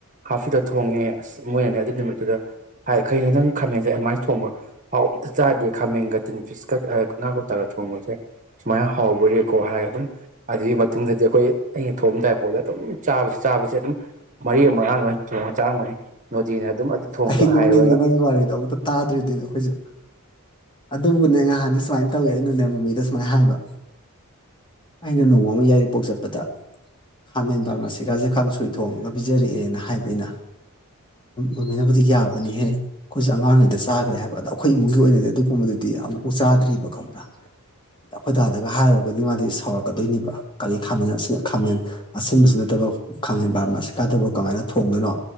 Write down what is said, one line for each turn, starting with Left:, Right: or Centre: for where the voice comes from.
Right: ꯍꯥꯞꯇꯗ ꯊꯣꯡꯉꯦ ꯑꯁ ꯃꯣꯏꯅꯅꯦ ꯑꯗꯨꯒꯤ ꯅꯨꯃꯤꯠꯇꯨꯗ ꯍꯥꯏ ꯀꯣ ꯅꯪ ꯈꯥꯃꯦꯟꯁꯦ ꯑꯦꯗꯨꯃꯥꯏ ꯊꯣꯡꯕ ꯍꯥꯎ ꯑꯝꯇ ꯆꯥꯗꯦ ꯈꯥꯃꯦꯟꯒ ꯇꯤꯟ ꯐꯤꯁꯀꯠ ꯉꯥ ꯀ ꯇꯥꯔ ꯊꯣꯡꯕꯁꯦ ꯁꯨꯃꯥꯏꯅ ꯍꯥꯎꯧꯕꯔꯦꯀꯣ ꯍꯥꯏꯔ ꯑꯗꯨꯝ ꯑꯗꯨꯒꯤ ꯃꯇꯨꯡꯗꯗꯤ ꯑꯩꯈꯣꯏ ꯑꯩꯅ ꯊꯣꯡꯑꯝꯗꯥꯏꯐꯥꯎꯗ ꯑꯗꯨꯝ ꯆꯥꯁꯦ ꯆꯥꯕꯁꯦ ꯑꯗꯨꯝ ꯃꯔꯤ ꯑꯃꯥꯡꯅ ꯊꯣꯡꯉ ꯆꯥꯔꯝꯒꯅꯤ ꯅꯣꯗꯤꯅ ꯑꯗꯨꯝ ꯊꯣꯡꯕ
Left: ꯑꯩ ꯅꯣꯛꯅꯤꯡꯉꯦ
Right: ꯍꯥꯏꯕ
Left: ꯅꯪꯒꯤ ꯋꯥꯔꯤꯗꯣ ꯑꯨꯛꯇ ꯇꯥꯗ꯭ꯔꯤꯕꯗꯨꯅꯦ ꯑꯩꯈꯣꯏꯁꯨ ꯑꯗꯨꯕꯨꯅꯦ ꯅꯍꯥꯟꯗꯤ ꯁꯨꯃꯥꯏꯅ ꯇꯧꯋꯦ ꯑꯩꯅꯅꯦ ꯃꯃꯤꯗ ꯁꯨꯃꯥꯏꯅ ꯍꯥꯏꯕ ꯑꯩꯅ ꯅꯣꯡꯃ ꯌꯥꯏꯔꯤꯄꯣꯛ ꯆꯠꯄꯗ ꯈꯥꯃꯦꯟ ꯄꯕꯥꯔꯃꯥꯁꯤ ꯈꯥꯖꯤ ꯈ ꯁꯣꯏ ꯊꯣꯡ ꯂꯧꯕ ꯄꯤꯖꯔꯛꯑꯦꯅ ꯍꯥꯏꯕ ꯑꯩꯅ ꯑꯩꯅ ꯈꯥꯃꯟꯅꯕꯨꯗꯤ ꯌꯥꯕꯅꯤꯍꯦ ꯑꯩꯈꯣꯏꯁꯨ ꯑꯉꯥꯡ ꯑꯣꯏꯔꯤꯉꯩꯗ ꯆꯥꯈ꯭ꯔꯦ ꯍꯥꯏꯕ ꯑꯗ ꯑꯩꯈꯣꯏ ꯏꯃꯨꯡꯒꯤ ꯑꯣꯏꯅꯗꯤ ꯑꯗꯨꯒꯨꯝꯕꯗꯨꯗꯤ ꯑꯃꯨꯛꯐꯥꯎ ꯆꯥꯗ꯭ꯔꯤꯕ ꯈꯪꯕ꯭ꯔꯥ ꯑꯩꯈꯣꯏꯗꯥꯗꯒ ꯍꯥꯏꯔꯨꯔꯒꯗꯤ ꯃꯥꯗꯤ ꯁꯥꯎꯔꯛꯀꯗꯣꯏꯅꯦꯕ ꯀꯔꯤ ꯈꯥꯃꯦꯟ ꯈꯥꯃꯦꯟ ꯑꯁꯤꯟꯕꯁꯨ ꯅꯠꯇꯕ ꯈꯥꯃꯦꯟ ꯕꯥꯔꯝꯕ ꯑꯁꯤꯀꯥꯗꯕ ꯀꯃꯥꯏꯅ ꯊꯣꯡꯗꯅꯣ